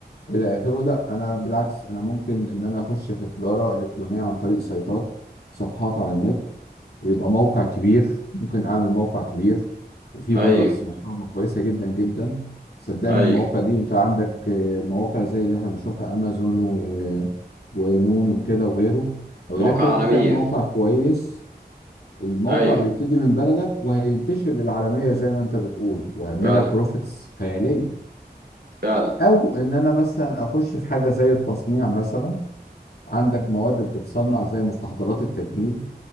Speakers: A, on the left; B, on the right.
A: الى اخره لا انا بالعكس انا ممكن ان انا اخش في تجاره الكترونيه عن طريق سيطات صفحات على النت ويبقى موقع كبير ممكن اعمل موقع كبير وفيه
B: ايوه
A: برودكتس محترمه كويسه جدا جدا صدقني
B: ايوه
A: المواقع دي انت عندك آه، مواقع زي اللي احنا بنشوفها امازون و... ونون وكده وغيره لو
B: مواقع
A: قدرت
B: عالمية
A: انت تعمل موقع كويس الموقع
B: ايوه
A: بيبتدي من بلدك وهينتشر للعالميه زي ما انت بتقول وهيعمل
B: فعلا
A: لك بروفيتس خياليه
B: فعلا
A: او ان انا مثلا اخش في حاجه زي التصنيع مثلا عندك مواد بتتصنع زي مستحضرات التجميل